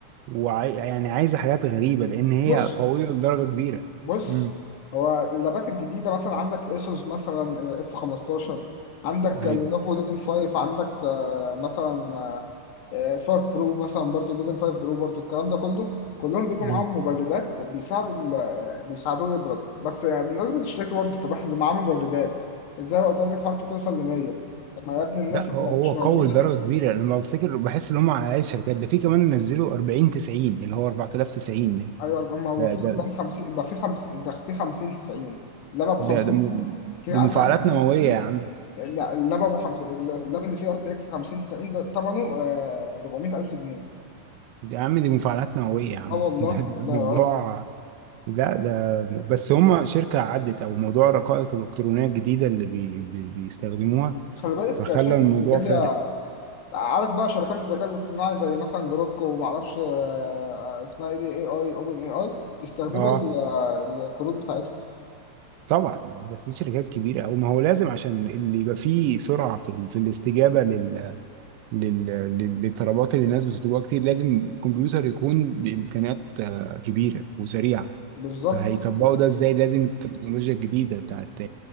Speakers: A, on the right; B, on the left.
A: وعاي... يعني عايزه حاجات غريبه لان هي
B: بص
A: قويه لدرجه كبيره
B: بص
A: امم
B: هو اللابات الجديدة مثلا عندك اسوس مثلا اف 15 عندك
A: ايوه
B: لينوفو ليجن 5 عندك آه، مثلا آه، 5 برو مثلا برضو ليجن 5 برو برضو الكلام ده كله كلهم بيجوا
A: امم
B: معاهم مبردات بيساعدوا ال- آه، بيساعدوه يبرد بس آه، الناس بتشتكي برضو طب احنا اللي معاه مبردات ازاي هو درجة حرارته توصل ل 100 طب ما يا ابني الناس
A: لا
B: ما-
A: هو هو
B: مش موجودة
A: قوي لدرجه كبيره انا لما بفتكر بحس ان هم على الشركات ده في كمان نزلوا 40 90 اللي هو 4090
B: ايوه ما هو
A: ده
B: في
A: ده ده
B: 40 50 ده في 50 ده في 50 90 لما ب
A: ده,
B: 50
A: ده م...
B: في
A: دي
B: عارف
A: مفاعلات
B: يعني
A: نوويه يا عم
B: إيه لا اللاب ابو خمس اللاب اللي فيه ار تي اكس 50 90 ده ثمنه آه 400 الف جنيه
A: يا عم دي مفاعلات نوويه يا عم
B: اه والله
A: <laughs> ده, ده
B: والله
A: موضوع
B: اه
A: لا ده بس هم شركه عدت او موضوع الرقائق الالكترونيه الجديده اللي بي... بي... بيستخدموها
B: خلي بالك
A: فخلى
B: شركه
A: الموضوع
B: انفيديا
A: فارق
B: عارف بقى شركات الذكاء الاصطناعي زي مثلا جروك وما اعرفش آه آه، اسمها ايه دي اي اي اوبن اي اي يستخدموا
A: اه
B: ال- آه، الكروت بتاعتهم
A: طبعا بس دي شركات كبيره او ما هو لازم عشان ان يبقى في سرعه في, ال- في الاستجابه لل... لل... لل- للطلبات اللي الناس بتطلبها كتير لازم الكمبيوتر يكون بامكانيات آه، كبيره وسريعه
B: بالظبط
A: فهيطبقوا
B: بالظبط
A: ده ازاي لازم التكنولوجيا الجديده بتاعت إن-